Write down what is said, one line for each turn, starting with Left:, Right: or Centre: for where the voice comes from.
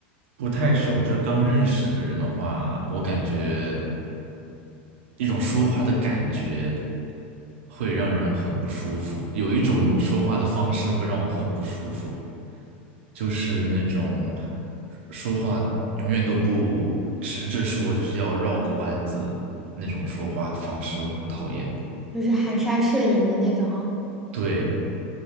Right: 不太熟，就是刚认识的人的话，我感觉一种说话的感觉会让人很不舒服，有一种说话的方式会让我很不舒服，就是那种说话永远都不直着说，就是要绕个弯子那种说话的方式，我很讨厌。
Centre: 就是含沙射影的那种。
Right: 对，